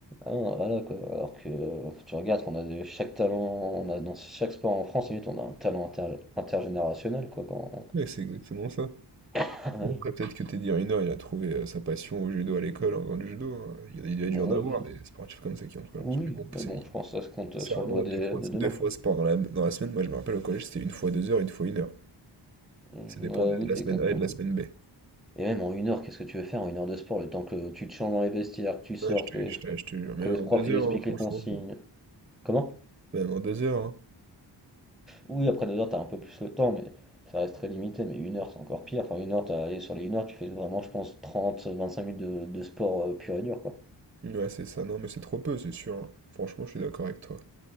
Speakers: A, in the centre; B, on the right.
A: Ah, non, voilà, quoi. Alors que euh, tu regardes qu'on a de, chaque talent, on a dans chaque sport en France, limite, on a un talent inter- intergénérationnel, quoi. Quand...
B: Mais c'est exactement ça.
A: Ah oui,
B: Après, peut-être que Teddy Riner, il a trouvé euh, sa passion au judo à l'école en faisant du judo. hein. Il, y a il y a dû
A: oui,
B: en avoir des sportifs comme ça qui ont trouvé
A: oui,
B: leur passion. Mais bon,
A: mais
B: c'est
A: bon, je pense que ça se compte
B: c'est
A: sur
B: vraiment
A: le doigt des-
B: deux fois,
A: de, demain,
B: deux fois
A: quoi.
B: sport dans la, dans la semaine. Moi, je me rappelle au collège, c'était une fois deux heures, une fois une heure.
A: Mm,
B: Ça dépendait
A: euh, oui,
B: de la
A: exactement.
B: semaine A et de la semaine B.
A: Et même en une heure, qu'est-ce que tu veux faire en une heure de sport? Le temps que tu te changes dans les vestiaires, que tu sortes,
B: Ouais, je te,
A: que, les-
B: je te, je te jure, même
A: que le
B: en
A: prof
B: deux
A: il
B: heures,
A: explique
B: hein, franchement.
A: les consignes. Comment?
B: Même en deux heures, hein.
A: Oui, après deux heures, t'as un peu plus le temps, mais ça reste très limité. Mais une heure, c'est encore pire. Enfin, une heure, t'as- et sur les une heure, tu fais vraiment, je pense, trente vingt-cinq minutes de, de sport euh, pur et dur, quoi.
B: Ouais, c'est ça. Non, mais c'est trop peu, c'est sûr. hein. Franchement, je suis d'accord avec toi.